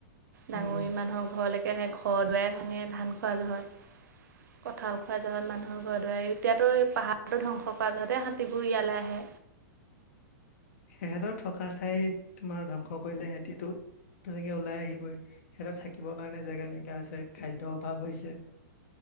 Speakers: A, on the left; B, on the right.
A: উম,
B: ডাঙৰি মানুহৰ ঘৰলে একেৰাহে, ঘৰ-দুৱাই ভাঙে, ধান খোৱা জহত। কঁঠাল খোৱা জহত, মানুহৰ ঘৰ-দুৱাৰ <unintelligible> এতিয়াতো, পাহাৰো ধ্বংস কৰা জহতে হাতীবোৰ ইয়ালৈ আহে।
A: <inaudible> তেহেঁতৰ থকা ঠাই, তোমাৰ ধ্বংস কৰিলে সিহঁতি টো! তেনেকে ওলাই আহিবই। সিহঁত থাকিবৰ কাৰণে জোগা নাইকিয়া হৈছে, খাদ্যৰ অভাৱ হৈছে।